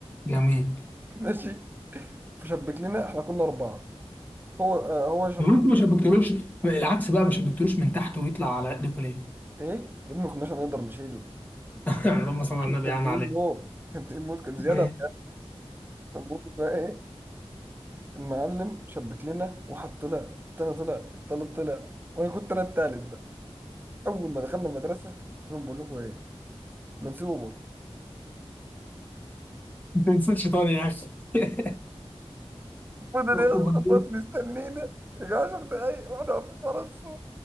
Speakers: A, on the left; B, on the right.
A: جميل
B: <laughs> ماشي فشبك لنا احنا كنا أربعة هو آه هو شبك
A: لو انتوا ما شبكتلوش العكس بقى ما شبكتلوش من تحت ويطلع على ايديكم ليه؟
B: ايه يا ابني ما كناش هنقدر نشيله
A: <laughs> اللهم صل
B: <laughs>
A: على
B: كان
A: النبي
B: تقيل
A: يعني عليه
B: موت كان تقيل موت كان زياده
A: ما
B: فالمهم بقى ايه المعلم شبك لنا واحد طلع التاني طلع التالت طلع وانا كنت انا التالت بقى اول ما دخلنا المدرسه قلت لهم بقول لكم ايه ما نسيبه بره <laughs>
A: تنساش شيطان يا اخي <laughs>
B: فضل
A: وبعدين
B: يا اسطى فضل مستنينا يجي 10 دقايق واحنا واقفين ورا السور